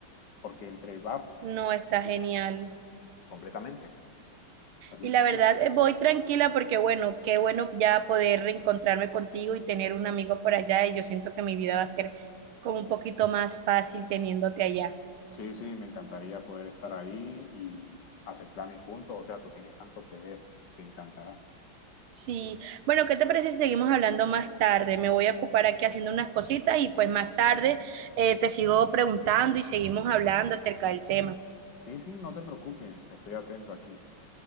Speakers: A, on the left; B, on the right.
A: porque entre va...
B: No, está
A: sí,
B: genial.
A: completamente. Así
B: Y la
A: que
B: verdad, eh, voy tranquila porque, bueno, qué bueno ya poder reencontrarme contigo y tener un amigo por allá. Y yo siento que mi vida va a ser como un poquito más fácil teniéndote allá.
A: sí, sí, me encantaría poder estar ahí y hacer planes juntos. O sea, tú tienes tanto que ver, te encantará.
B: Sí. Bueno, ¿qué te parece si seguimos hablando más tarde? Me voy a ocupar aquí haciendo unas cositas y pues más tarde eh, te sigo preguntando y seguimos hablando acerca del tema.
A: Sí, sí, no te preocupes, estoy atento aquí.